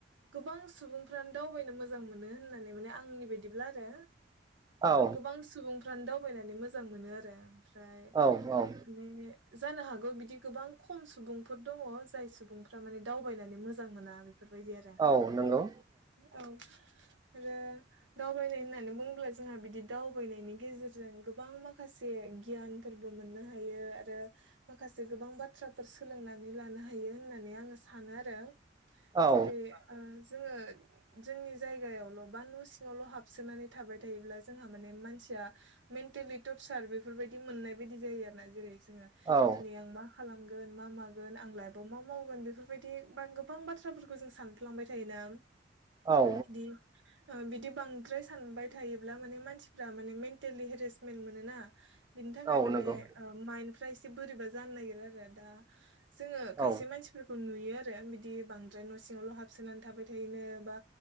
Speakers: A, on the right; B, on the right.
A: गोबां सुबुंफ्रानो दावबायनो मोजां मोनो होननानै माने आंनि बायदिब्ला आरो
B: औ
A: गोबां सुबुंफ्रानो दावबायनानै मोजां मोनो आरो ओमफ्राय
B: औ औ
A: म जानो हागौ बिदि गोबां खम सुबुं फोर दङ जाय सुबुंफ्रा माने दावबायनानै मोजां मोना बेफोरबायदि आरो
B: औ नंगौ
A: औ आरो दावबायनाय होननानै बुङोब्ला जोंहा बिदि दावबायनायनि गेजेरजों गोबां माखासे गियान मोननो हायो आरो माखासे गोबां बाथ्राफोर सोलोंनानै लानो हायो होननानै आङो सानो आरो
B: औ
A: जेरै जोङो जोंनि जायगायावल' बा न' सिङावल' हाबसोनानै थाबाय थायोब्ला जोंहा माने मानसिया मेन्टेलि टरचार बेफोरबायदि मोननाय बायदि जायो आरो ना जेरै जोङो
B: औ
A: दिनै आं मा खालामगोन मा मागोन आं लाइफआव मा मावगोन बेफोरबायदि बा गोबां बाथ्राफोरखौ जों सानफ्लांबाय थायोना
B: औ
A: बिदि बिदि बांद्राय सानबाय थायोब्ला माने मानसिफ्रा माने मेन्टेलि हेरेसमेन्ट मोनोना बिनि थाखाय
B: औ
A: माने
B: नंगौ
A: माइन्दफ्रा एसे बोरैबा जानो नागिरो आरो दा जोङो खायसे
B: औ
A: मानसि खौ नुयो आरो बिदि बांद्राय न' सिङावल' हाबसोनानै थाबाय थायोनो बा